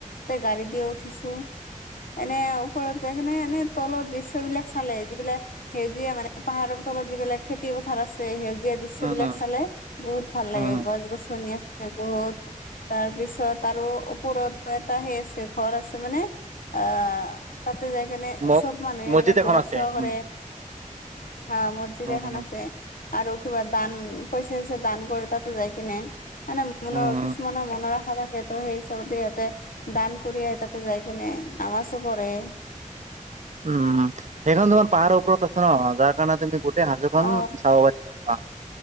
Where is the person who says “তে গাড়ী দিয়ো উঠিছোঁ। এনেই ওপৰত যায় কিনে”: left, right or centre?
Left